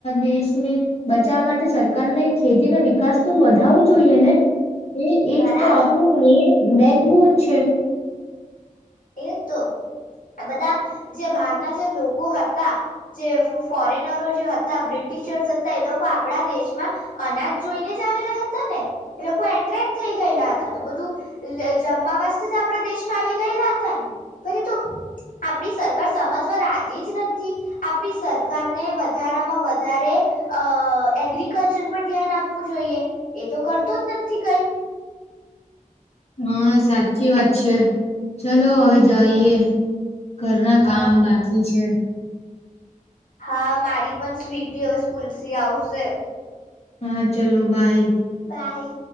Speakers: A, on the left; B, on the left.
A: દેશને બચાવવા માટે સરકારને ખેતી ન વિકાસ તો વધાવવો જોઈએ ને એ એજ
B: બરાબર
A: તો આપણું મેઈન બેકબોન છે
B: એ, તો, બધા જે બહારના જે લોકો હતા જે ફોરેનરો જે હતા બ્રિટિશર્સ હતા એ લોકો આપણા દેશમાં અનાજ જોઈને જ આવેલા હતા ને એ લોકો એટ્રેક્ટ થઈ ગયેલા હતા તો બધું જમવા વાસ્તે જ આપણા દેશમાં આવી ગયેલા હતા આપણી સરકાર સમજવા રાજી જ નથી, આપણી સરકારને વધારામાં વધા વધારે અ એગ્રિકલ્ચર પર ધ્યાન આપવું જોઈએ, એ તો કરતો જ નથી કઈ
A: હા સાચી વાત છે, ચલો હવે જઈએ ઘરના કામ
B: હા
A: બાકી છે
B: હા, મારી પણ સ્વીટી હવે સ્કૂલ થી આવશે
A: હા, ચલો બાય
B: બાય